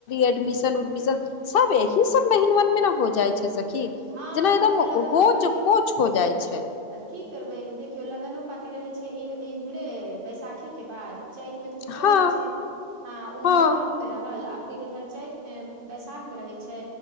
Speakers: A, on the left; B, on the right.
A: एडमिशन उडमिशन सब एहिह सब मेहन मन मे न हो जाइ छै सखी
B: हँ
A: जेना एकदम
B: देखियौ लगनो
A: होच
B: पाति
A: पोच हो जाइ छै
B: आ की करबै देखियौ लगनो पाती रहे छै ई ई मरे बैसाखे के बाद चैत मे तऽ कुछो
A: हँ
B: नहि छै हँ उमर
A: हँ
B: फागुन मे रहल आ फिर इधर चैत बैसाख मे रहे छै